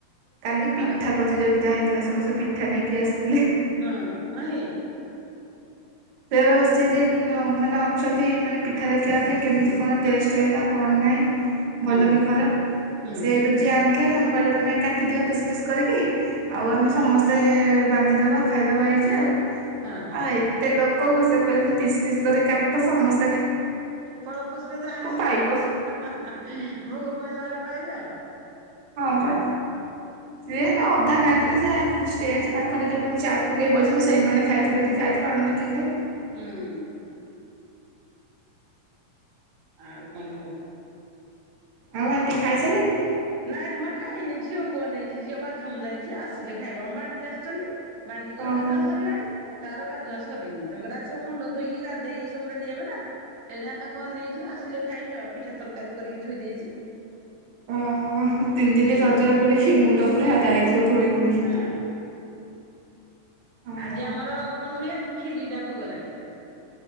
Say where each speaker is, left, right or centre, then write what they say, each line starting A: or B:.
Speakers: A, on the right; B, on the right.
A: କାଲି ପିଠା
B: ଆଉ
A: ପ୍ରତିଯୋଗିତା ହେଇଥିଲା। ସମସ୍ତେ ପିଠା ନେଇକି ଆସିଥିଲେ।
B: ହଁ। ହଁ କି।
A: <unintelligible> ଅଛନ୍ତି ମାନେ ପିଠା ଦେଖିବା ପାଇଁ ମାନେ କେମିତି କଣ ଟେଷ୍ଟ ହେଲା କଣ ନାଇ ଭଲ
B: ହୁଁ
A: କି
B: ହୁଁ
A: ଖରାପ୍।
B: ହୁଁ
A: ସେ
B: ହୁଁ
A: ହେଠୁ ଯିଏ ଆଣିଥିଲା ତାଙ୍କୁ କହିଲେ ତମେ କାଟିଦିଅ ପିସ୍ ପିସ୍ କରିକି ଆଉ ଆମେ ସମସ୍ତେ ବାଣ୍ଟି ଦବା ଖାଇଦବା ଏଇଠି ଆଉ।
B: ହଁ ହଁ
A: ଆଉ
B: ହଁ
A: ଏ ଏତେ ଲୋକକୁ ସେ କହୁଛନ୍ତି ପିସ୍ ପିସ୍ କରି କାଟ ସମସ୍
B: ଫଳପୁଷ୍ପ ଯାହା ଯେନ୍ତି
A: ପାଇବ।
B: କରି ଭୋଗ ପାଇଲା ବେଳେ ପାଇବେ ଆଉ।
A: ହଁ
B: ହୁଁ
A: ପା।
B: ହୁଁ
A: ସେ ନା ଅଧା ଖାଇଥିଲେ ସେ ଷ୍ଟେଜ୍ ପାଖରେ ଯଉମାନେ ଚିଆର୍ ପକେଇ ବଇଛନ୍ତି ସେଇମାନେ ଖାଇଥିବେ ଖାଇଥିବ ଆଉ ନହେଲେ କିଏ ଖାଇବ।
B: ଉଁ। ଆଉ କଣ କୁହ।
A: ଆଉ ଆଣ୍ଟି ଖାଇସାରିଲେଣି?
B: ନାଇଁରେ ମା ଖାଇନି ଝିଅ କୁ ଅନେଇଛି। ଝିଅ ବାଥରୁମ ଯାଇଛ ଆସିଲେ ଖାଇବ। ଆମ ଭାଣିଜୀ ଆସିଛନ୍ତି ଭାଣିଜୀଙ୍କର
A: ଓହୋ।
B: ଗାଧୁଆ ସରିଲାଣି, ତାର ଗାଧୁଆ ସରିନି। ତାଙ୍କର ଆଜି ସବୁ ମୁଣ୍ଡ ଧୋଇକି ଗାଧେଇକି ସବୁ ରେଡି ହେବ ନା। ସେଥିପାଇଁ ତାଙ୍କୁ ଅନେଇଛି ଆସିଲେ ଖାଇବି ଆଉ। ପିଠା, ତରକାରୀ କରିକି ଥୋଇ ଦେଇଛି।
A: ଓହୋଃ। ତିନି ଦିନି
B: ହୁଁ
A: ରଜରେ ବୁଲି ମୁଣ୍ଡ ଉପରେ ଯାଇଥିବ ଧୂଳି ଉଡି।
B: ହଁ।
A: ଓହୋ
B: ଆଜି ଆମର କଣ ହୁଏ ଆଜି କ୍ଷୀରି ଟା ଭୋଗ ଲାଗେ।